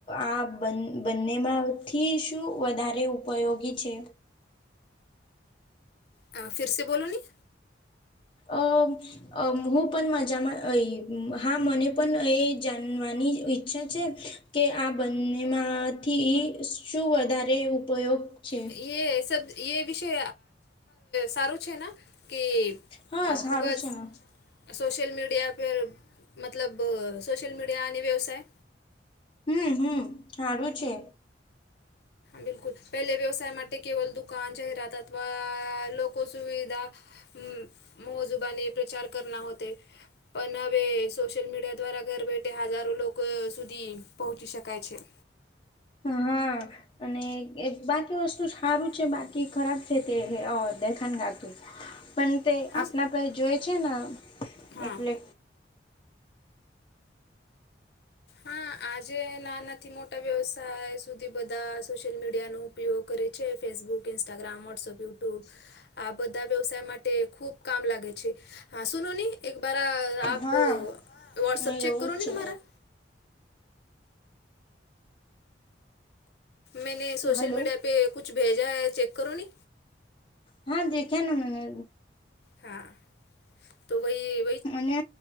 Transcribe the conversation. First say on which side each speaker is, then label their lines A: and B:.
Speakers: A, on the left; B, on the left.
A: આ બ બંનેમાંથી શું વધારે ઉપયોગી છે?
B: હ ફિરસે બોલો ની
A: અ અ હું પણ મજામાં હા મને પણ એ જાણવાની ઈચ્છા છે. કે આ બંનેમાંથી શું વધારે ઉપયોગ છે
B: એ સબ એ વિષય સારું છે ન કે
A: હા
B: અ
A: સારું
B: ખુબ
A: છે
B: જ
A: ને
B: સોશલ મીડિયા પે મતલબ સોશિલ મીડિયા અને વ્યવસાય
A: હમ હમ હારું છે.
B: બિલકુલ પેલે વ્યવસાય માટે કેવલ દુકાન જાહેરાત અથવા લોકો સુવિધા હમ મોજુબાને પ્રચાર કરના હોતે પણ હવે સોશિયલ મીડિયા દ્વારા ઘર બેઠે હજારો લોકો સુધી પહોંચી શકાય છે.
A: હા અને બાકી વસ્તુ સારું છે બાકી ખરાબ છે તે દેખન ગાતું પણ તે
B: હા
A: આપણા પરસે જોએ છે ને
B: હા
A: એટલે
B: હા આજે નાનાથી મોટા વ્યવસાય સુધી બધા સોશિયલ મીડિયા નો ઉપયોગ- કરે ફેસબુક, ઈન્સ્ટાગ્રામ, વોટ્સઅપ, યુટ્યુબ આ બધા વ્યવસાય માટે ખુબ કામ લાગે છે હા સુનો નની એક બરા તો આપ
A: હા
B: વોટ્સઅપ ચેક
A: એવું
B: કરો ને
A: છે
B: તુમારા મેને સોશલ
A: હલો
B: મીડિયા પે કુછ ભેજા હ ચેક કરો ને
A: હા દેખે ન મેને.
B: હા તો ભાઈ
A: અને